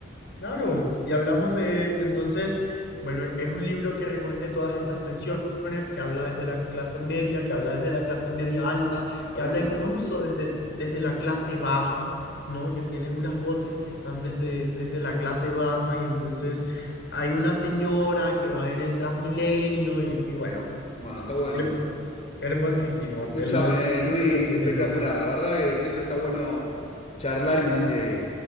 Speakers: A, on the left; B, on the left.
A: Claro, y hablamos de, entonces, bueno, es un libro que recoge todas estas tensiones, que habla desde la clase media, que habla desde la clase media alta,
B: Está
A: que
B: bueno,
A: habla incluso
B: ¿eh?
A: desde, desde la clase baja, ¿no? Que tiene unas voces que están desde, desde la clase baja y entonces hay una señora que va en el Transmilenio y, y bueno,
B: Bueno, está bueno.
A: hermo- hermosísimo,
B: Escúchame,
A: te los te
B: Luis,
A: recomiendo.
B: espectacular. La verdad que siempre está bueno charlar y más de,